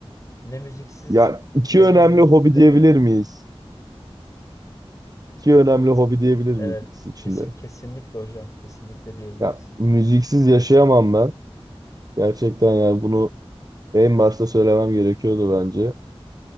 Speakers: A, on the left; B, on the right.
A: Ne müziksiz
B: Ya iki
A: ne
B: önemli
A: de yürüyüşsüz
B: hobi
A: yapamam.
B: diyebilir miyiz? İki önemli hobi diyebilir
A: Evet,
B: miyiz ikisi içinde?
A: kesi, kesinlikle hocam, kesinlikle diyebiliriz.
B: Ya müziksiz yaşayamam ben. Gerçekten yani bunu En başta söylemem gerekiyordu bence.